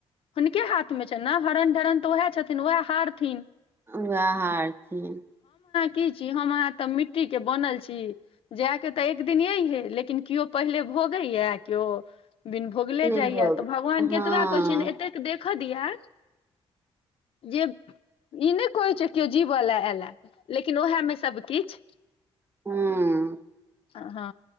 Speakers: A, on the left; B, on the right.
A: हुनके हाथमे छ ने हरण ढरन तऽ उएह छथिन उएह हरथिन
B: उएह हारथिन
A: की छी हम अहाँ त मिट्टी के बनल छी जाय के त' एक दिन यैहे लेकिन कियो पहिले भ भोगैया केओ बिन भोगले
B: नहि
A: जाइया
B: भऽ
A: तऽ
B: गेल
A: भगवान केतबा
B: हँ
A: कह एत देख दीयै जे ई नहि कहै छै केओ जीवऽ लए एला लेकिन ओएहेमे सबकिछु
B: हूं
A: हँ